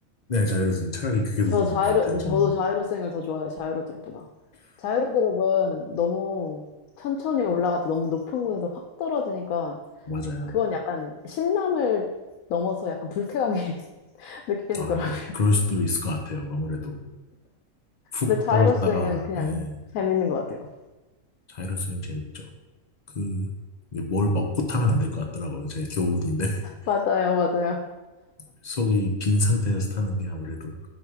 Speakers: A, on the left; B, on the left.
A: 네, 자이로 드롭 차라리 그게 더
B: 저 자이로,
A: 나은 것 같아요, 저는.
B: 저도 자이로 스윙을 더 좋아해요. 자이로 드롭보다. 자이로 드롭은 너무 천천히 올라갈 때 너무 높은 곳에서 확 떨어지니까
A: 맞아요.
B: 그건 약간 신남을 넘어서 약간 불쾌감이 <laughs> 느껴지더라고요.
A: 아, 네. 그럴 수도 있을 것 같아요. 아무래도 훅
B: 근데 자이로스윙은
A: 떨어졌다가
B: 그냥
A: 예,
B: 재밌는 것 같아요.
A: 자이로 스윙 재밌죠. 그 뭘 먹고 타면 안 될 것 같더라고요. 제 교훈인데 <laughs>
B: 맞아요, 맞아요.
A: 속이 빈 상태에서 타는 게 아무래도